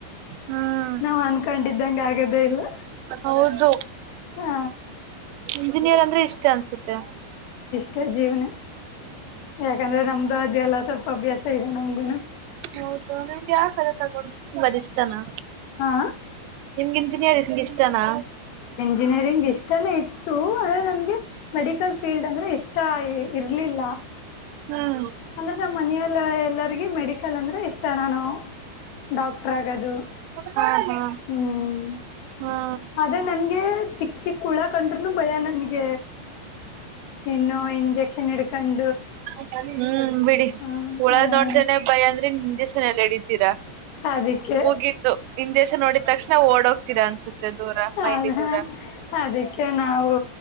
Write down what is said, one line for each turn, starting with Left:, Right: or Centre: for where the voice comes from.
Right: ಹ್ಮ್
Left: ನಾವ್ ಅನ್ಕೊಂಡಿದ್ದಂಗ ಆಗದೇ ಇಲ್ಲ,
Right: ಹೌದು
Left: ಹಾ
Right: ಇಂಜಿನಿಯರ್ ಅಂದ್ರೆ ಇಷ್ಟ ಅಂತ ಸುತ್ತ
Left: ಕೆ ಜೀವ್ನ ಯಾಕಂದ್ರೆ ನಮ್ದು ಅದೆಲ್ಲ ಸ್ವಲ್ ಅಭ್ಯಾಸ ಇ ನಮ್ಗು
Right: ಹೌದಲೆನ್ ಯಾವ ಕ ತಗೊಂಡ ತುಂಬಷ್ಟ ತನ
Left: ಹಾ
Right: ನಿಮ್ಗೆ ಇಂಜಿನಿಯರ್ ಅಂದ್ರೆ ಇಷ್ಟನಾ?
Left: ಜಿನಿಯರಿಂಗ್ ಇಷ್ಟನೇ ಇತ್ ಇತ್ತು ಆದ್ರೆ ನನ್ಗೆ ಮೆಡಿಕಲ್ ಫೀಲ್ಡ್ ಅಂದ್ರೆ ಇಷ್ಟ ಆ ಇರ್ಲಿಲ್ಲ.
Right: ಹ್ಮ್
Left: ಅಂದ್ರೆ ನಮ್ಮ ಮನೆಯಲ್ಲಾ ಎಲ್ಲರಿಗ ಮೆಡಿಕಲ್ ಅಂದ್ರೆ ಇಷ್ಟ ನಾನು ಡಾಕ್ಟರ್ ಆಗದು,
Right: ಹಾ ಹಾ
Left: ಹ್ಮ್
Right: ಹ್ಮ್
Left: ಆದ್ರೆ ನನ್ಗೆ ಚಿಕ್ಕ ಚಿಕ್ಕ ಹುಳ ಕಂಡ್ರು ನು ಭಯ ನನ್ಗ್ ಇನ್ನು ಇಂಜೆ ಚಿನ್ನಡಿಕನ್
Right: ಹಕ ನೀ ಹ್ಮ ಬಿಡಿ
Left: ಹ
Right: ಹೂಳ ನೋಡ್ದೇನೆ ಭಯ ಅಂದ್ರೆ ಇಂಜೆಕ್ಷನ್ ಎಲ್ಲ ಇಡಿತೀರಾ
Left: ಅದಕ್ಕೆ
Right: ಮುಗಿತು ಇಜೆ ನೋಡಿದ್ ತಕ್ಷಣ ಓಡು <inaudible> ಅನ್ಸುತ್ತೆ ದೂರ ಮೈಲಿ
Left: ಅದ
Right: ದೂರ
Left: ಅದಕ್ಕೆ ನಾವು